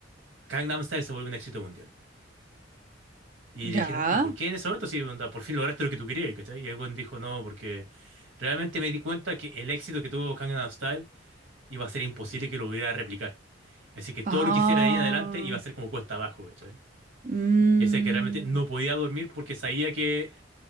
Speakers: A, on the right; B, on the right.
A: Gangnam Style se volvió un éxito mundial. Y
B: Ya.
A: le dijeron, ¿y por qué en ese momento sí, onda, por fin lograste lo que tú querías, cachai? Y el weón dijo, no, porque realmente me di cuenta que el éxito que tuvo Gangnam Style iba a ser imposible que lo hubiera replicar. Así que todo
B: Ah.
A: lo que hiciera de ahí en adelante iba a ser como cuesta abajo, cachai?
B: mm,
A: Y decía que realmente no podía dormir porque sabía que